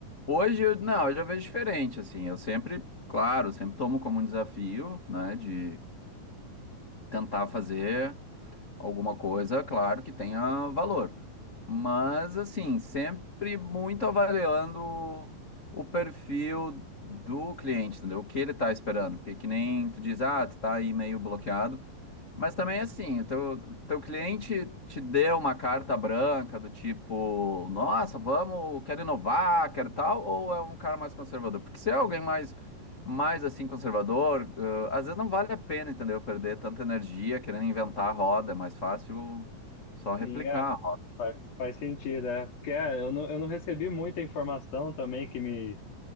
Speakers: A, on the left; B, on the left.
A: Hoje, eu- não, eu já vejo diferente, assim, eu sempre, claro, sempre tomo como um desafio, né, de. tentar fazer alguma coisa, claro, que tenha valor. Mas, assim, sempre muito avaliando o perfil do cliente, entendeu? O que ele tá esperando. Porque que nem tu diz, ah, tu tá aí meio bloqueado. Mas também assim, o teu, teu cliente te deu uma carta branca do tipo, nossa, vamos, quero inovar, quero tal, ou é um cara mais conservador? Porque se é alguém mais, mais assim, conservador, eh, às vezes não vale a pena, entendeu? Perder tanta energia querendo inventar a roda, é mais fácil só replicar,
B: sim, é. Faz, faz sentido, é. Porque é, eu não, eu não recebi muita informação também que me,